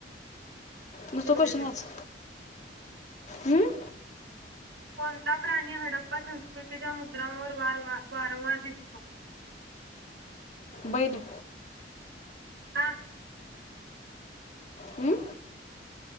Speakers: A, on the left; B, on the right.
A: नुसत
B: कोणता
A: क्वेशन वाच... हम्म
B: कोणता प्राणी हडप्पा संस्कृतीच्या मुद्रांवर वारवा वारंवार दिसतो?
A: बैल.....
B: हा
A: हं?